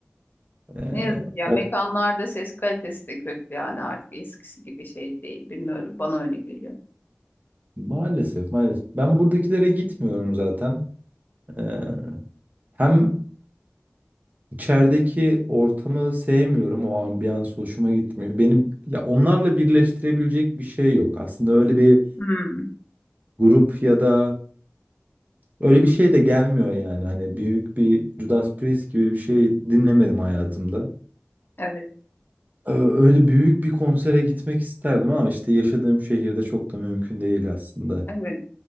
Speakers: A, on the right; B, on the left.
A: e,
B: ne yazık ya.
A: o-
B: Mekanlarda ses kalitesi de kötü yani artık eskisi gibi şey değil bilmiyorum. Bana öyle geliyor.
A: maalesef maalesef. Ben buradakilere gitmiyorum zaten. E, hem İçerideki ortamı sevmiyorum. O ambiyans hoşuma gitmiyor. Benim ya onlarla birleştirebilecek bir şey yok. Aslında öyle bir
B: Hmm,
A: grup ya da öyle bir şey de gelmiyor yani. Hani büyük bir Judas Priest gibi bir şey dinlemedim hayatımda.
B: evet,
A: Ee, Öyle büyük bir konsere gitmek isterdim ama işte yaşadığım şehirde çok da mümkün değil aslında.
B: evet.